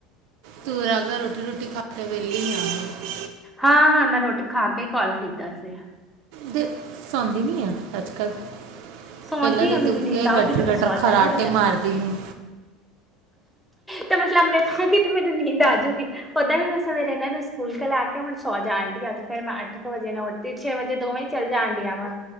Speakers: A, on the right; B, in the centre.
A: ਤੂੰ ਲੱਗਦਾ ਰੋਟੀ ਰੁਟੀ ਖਾ ਕੇ ਵੇਲੀ ਹੈ ਹੁਣ।
B: ਹਾਂ-ਹਾਂ ਮੈਂ ਰੋਟੀ ਖਾ ਕੇ ਈ ਕਾਲ ਕੀਤਾ ਸੀ।
A: ਦੇ ਸੌਉਂਦੀ ਨੀ ਆ ਅੱਜ-ਕੱਲ੍ਹ?
B: ਸੌਂਦੀ
A: ਪਹਿਲਾਂ ਤਾਂ
B: ਆ ਮੈਨੂੰ
A: ਤੂੰ
B: ਨੀਂਦ
A: ਇਹ
B: ਆਊਗੀ
A: ਗਟਰ-ਗਟਰ
B: ਤੇ ਮੈਂ ਸੌ
A: ਖਰਾਟੇ
B: ਜਾਣਾ ਵਾ ਜਾ
A: ਮਾਰਦੀ ਈ ਸੀ।
B: ਤੇ ਮੈਂ ਲੰਮੇ ਪਊਂਗੀ ਤੇ ਮੈਨੂੰ ਨੀਂਦ ਆ ਜੂਗੀ। ਓਦਾਂ ਵੀ ਮੈਂ ਸਵੇਰੇ ਏਨਾਂ ਨੂੰ ਸਕੂਲ ਘਲਾ ਕੇ ਹੁਣ ਸੌ ਜਾਣ ਡੀ ਆਂ ਤੇ ਫੇਰ ਮੈਂ ਅੱਠ ਕੁ ਵਜੇ ਨੂੰ ਉੱਠ ਤੇ ਛੇ ਵਜੇ ਦੋਵੇਂ ਹੀ ਚੱਲ ਜਾਣ ਡੀਆਂ ਵਾਂ